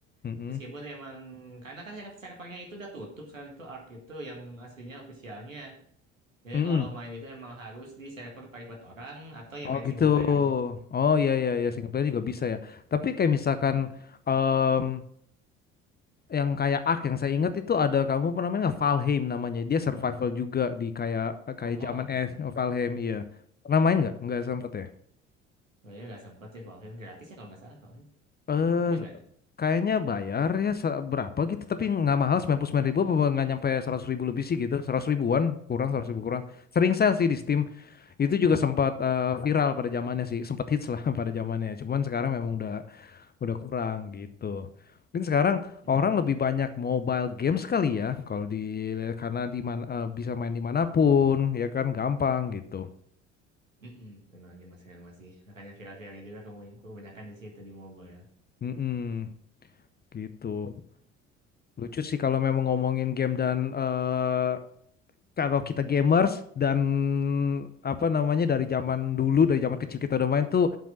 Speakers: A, on the left; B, on the right.
A: Mm-mm.
B: Tapi meskipun emang karena kan saya saya pakainya itu udah tutup sekarang itu Ark itu yang aslinya ofisialnya. Jadi
A: Mm-mm.
B: kalau main itu emang harus di server private orang atau ya
A: Oh
B: main
A: gitu.
B: single player aja.
A: Oh ya ya ya
B: Mm-mm.
A: single player juga bisa ya. Tapi kayak misalkan
B: Mm-mm.
A: em, yang kayak Ark yang saya ingat itu ada kamu apa namanya nggak? Valheim namanya. Dia survival juga di kayak kayak
B: Oh Valheim,
A: zaman es Valheim iya. Pernah main nggak? Nggak sempet ya.
B: kayaknya nggak sempet sih Valheim gratis ya kalau nggak salah Valheim.
A: Eh
B: Eh nggak ya?
A: kayaknya bayar ya se- berapa gitu tapi nggak mahal sembilan puluh sembilan ribu apa nggak nyampe seratus ribu lebih sih gitu seratus ribuan kurang
B: Hmm.
A: seratus ribu kurang sering sale sih di Steam itu juga sempat eh,
B: Hmm.
A: viral pada zamannya sih sempat hits lah <laughs> pada zamannya cuman sekarang memang udah udah kurang gitu. Mungkin sekarang
B: Hmm.
A: orang lebih banyak mobile games kali ya, kalau di karena di mana eh, bisa main dimanapun, ya kan gampang gitu.
B: Mm-mm, memang zaman sekarang masih. Makanya viral-viralnya juga kemungkinan kebanyakan di situ di mobile.
A: Mm-mm, gitu. Lucu sih kalau memang ngomongin game dan eh, kalau kita gamers dan apa namanya dari zaman dulu, dari zaman kecil kita udah main tuh